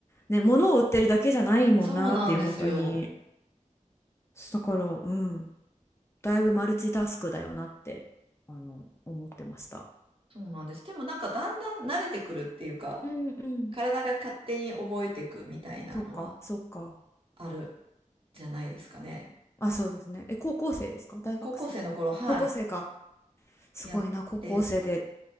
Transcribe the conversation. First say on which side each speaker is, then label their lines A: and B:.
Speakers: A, on the left; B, on the right.
A: ね、物を売ってるだけじゃないもんなっていう、
B: そうなんですよ。
A: 本当に。だから、うん、だいぶマルチタスクだよなって、あの、思ってました。
B: そうなんです。でもなんかだんだん慣れてくるっていうか、
A: うんうん。
B: 体が勝手に覚えていくみたいなのは
A: そっか、そっか。
B: あるじゃないですかね。
A: あ、そうですね。え、高校生ですか大学生高校生か。
B: 高校生の頃、はい、
A: すごいな、
B: やって、
A: 高校生で